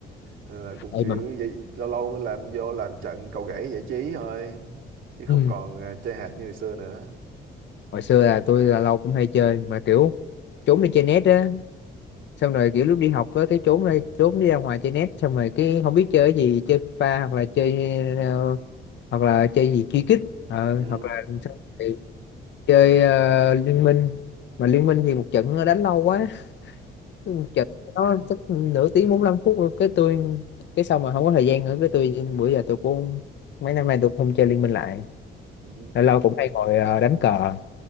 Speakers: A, on the right; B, on the left.
A: nên là cũng
B: đây
A: chủ
B: mà
A: yếu vậy, lâu lâu làm vô làm trận cầu gãy giải trí thôi chứ
B: ừ.
A: không còn ờ, chơi hạt như hồi xưa nữa
B: hồi xưa là tôi là lâu cũng hay chơi mà kiểu trốn đi chơi net á xong rồi kiểu lúc đi học á cái trốn đi trốn đi ra ngoài chơi net xong rồi cái không biết chơi cái gì chơi pha hoặc là chơi ờ, hoặc là chơi gì truy kích
A: ừ,
B: ờ,
A: ừ,
B: hoặc là xong rồi chơi ờ, liên minh mà liên minh thì một trận nó đánh lâu quá một trận nó chắc nửa tiếng bốn lăm phút rồi. cái tôi cái xong mà không có thời gian nữa cái tôi bữa giờ tôi cũng mấy năm nay tôi cũng không chơi liên minh lại
A: ừ. <laughs>
B: lâu lâu cũng hay ngồi ờ, đánh cờ